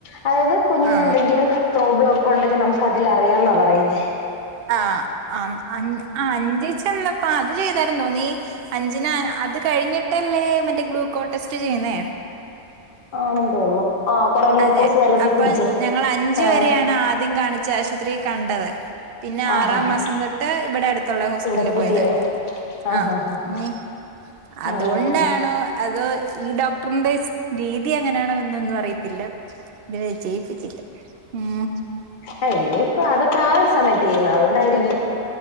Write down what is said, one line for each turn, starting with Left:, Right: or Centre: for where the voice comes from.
Left: അതായത് കുഞ്ഞിനെന്തെങ്കിലും
Right: ആ
Left: പ്രോബ്ലൊക്കെണ്ടെങ്കി നമുക്കതിലാറിയാന്നാ പറയ്ന്നേ
Right: ആഹ് ആം അൻ അ അഞ്ച് ച്ചെള്ളെ പ്പ അത് ചെയ്താരം തോന്നി അഞ്ചിന അത് കഴിഞ്ഞിട്ടല്ലേ മറ്റേ ഗ്ലൂക്കോ ടെസ്റ്റ് ചെയ്യുന്നേ
Left: ആണെന്ന് തോന്നുണു ആ കൊറെ ഗ്ലൂക്കോസ്
Right: അതെ
Left: കലക്കി
Right: അപ്പൊ
Left: കുടിച്ച്
Right: ഞങ്ങളഞ്ച്
Left: ആ
Right: വെരെയാണ് ആദ്യം കാണിച്ചാശുപത്രി കണ്ടത് പിന്നാറാം
Left: ആ ഹാ ഹാ
Right: മാസം തൊട്ട് ഇവിടടുത്തുള്ള ഹോസ്പിറ്റലിൽ
Left: ഇവിടെ പുതിയ
Right: പോയത്
Left: ആ
Right: ആഹ്
Left: ഹാ ഹാ ഹാ
Right: ഞ്ഞി അതുകൊണ്ടാണോ
Left: ഉം
Right: അതോ ഈ ഡോക് ടർന്റെ സ് രീതി അങ്ങനാണോ എന്നൊന്നും അറിയത്തില്ല ഇത് വെരെ ചെയ്യിപ്പിച്ചില്ല ഉം
Left: അ ഇനിപ്പോ അതൊക്കെ ആ ഒര് സമയത്ത് ചെയ്യുന്ന അതോണ്ടായിരിക്കും